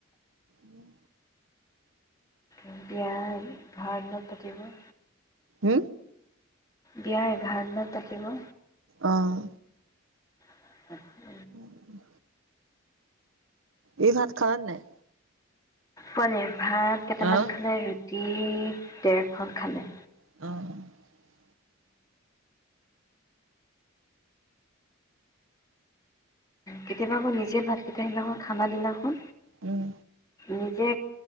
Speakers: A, on the right; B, on the left.
A: উম
B: এতিয়া ভাৰতিনত <unintelligible>
A: উ
B: বিয়াৰ এঘাৰ দিনত থাকিব
A: অহঁ
B: <inaudible>
A: উম উম এই ভাত খালানে নাই
B: পনিৰ ভাত কেইটামান
A: অ',
B: খালে ৰি ৰুতি ডেৰখন খালে
A: অঁ
B: কেতিয়াবা আকৌ নিজে ভাত কেইটা সেইদিনাখন খানা দিলনাখন
A: উম
B: নিজে